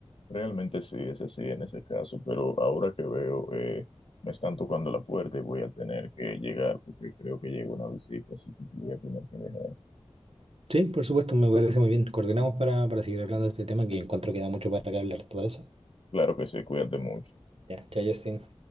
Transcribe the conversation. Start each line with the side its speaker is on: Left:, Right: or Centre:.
Left: Realmente sí, ese sí, en ese caso, pero ahora que veo, eh, me están tocando la puerta y voy a tener que llegar porque creo que llega una visita, así que te voy a tener que dejar.
Right: Sí, por supuesto, me parece muy bien. Coordinamos para, para seguir hablando de este tema que encuentro que da mucho para que hablar, ¿te parece?
Left: Claro que sí, cuídate mucho.
Right: Ya, chao, Justin.